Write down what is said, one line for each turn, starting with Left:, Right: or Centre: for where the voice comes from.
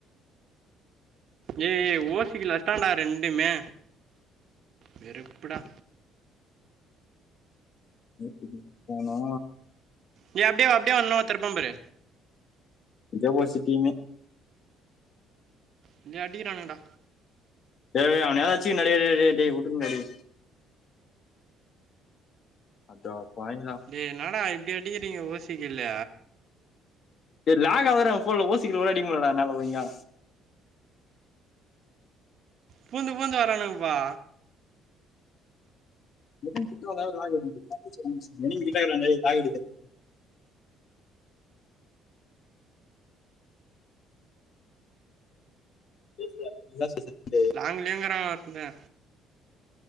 Right: ஏ ஏ ஓசி கில் அடிச்டான்டா ரெண்டுமே வெறுப்புடா
Left: ஓசிக்கில் அடிச்சிட்டானா
Right: நீ அப்படியே வா அப்படியே வா இன்னொருத்த இருப்பா பாரு
Left: <unintelligible>
Right: என்னைய அடிக்கிறானுகடா
Left: ஏ ஏ அவனியாவது அச்சுக்குறே டே டே டே டே உடுங்கடி அந்த பாயிண்டு தா
Right: டே என்னா டா இப்படி அடிக்கிறீங்க ஓசிக்கில்ல
Left: டே லாங்காவது டா போன்ல ஓசிகில் கூட அடிக்க முடிலடா என்னால ஒழுங்கா
Right: பூந்து பூத்து வரானுங்கப்பா
Left: <unintelligible> <inaudible>
Right: லாங்கலேங்கரா ஒருந்தங்க